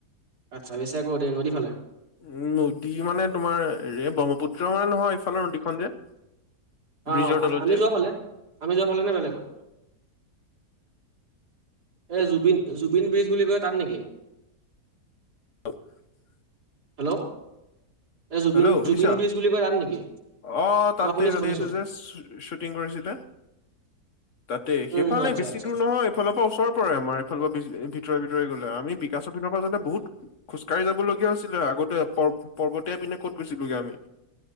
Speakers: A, on the right; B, on the left.
A: আচ্ছা! <unintelligible> নদী ফালে?
B: উম, নদী মানে তোমাৰ, ৰে ব্ৰহ্মপুত্ৰ মানে নহয়, এইফালৰ নদীখন যে। ব্ৰিজৰ
A: অ'!
B: তলত
A: আমি
B: যে।
A: যোৱা ফালে, আমি যোৱা ফালেনে বেলেগত? এই, জুবিন-জুবিন ব্ৰিজ বুলি কয়, তাত নেকি?
B: <unintelligible>
A: হেল্ল'? এই জুবিন
B: হেল্ল'! শুনিছা?
A: জুবিন ব্ৰিজ বুলি কয় তাত নেকি
B: অ'! তাতে-তাতে
A: শুনিছো শুনিছো
B: এইটো যে, শ্বুটিং কৰিছিলে, তাতে। সেইফালে
A: উম আচ্ছা
B: বেছি
A: আচ্ছা
B: দূৰ নহয়। ইফালৰ পৰা ওচৰ পৰে। আমাৰফালৰ পৰা বি ভিতৰে-ভিতৰি গ'লে। আমি বিকাশ পিনৰ পৰা যেনে বহুত খোজকাঢ়ি যাবলগীয়া হৈছিলে, আগতে পৰ পৰ্বত। <unintelligible> পিনে ক'ত গৈছিলোগে আমি।